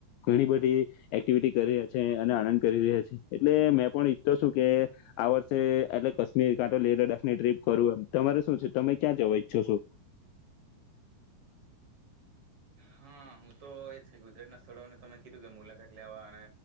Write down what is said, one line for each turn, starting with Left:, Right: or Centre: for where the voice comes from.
Left: ઘણી બધી એક્ટિવિટી કરી રહ્યા છે અને આનંદ કરી રહ્યા છે એટલે મેં પણ ઈચ્છતો છું કે આ વર્ષ. એટલે કાશ્મીર કાંતો લેહ લદ્દાખની ટ્રીપ કરું એમ તમારે શું છે તમે ક્યાં જવા ઈચ્છો છો.
Right: હા હું તો. થી ગુજરાત સ્થળોને તમે. કીધું કે મુલાકાત લેવા અને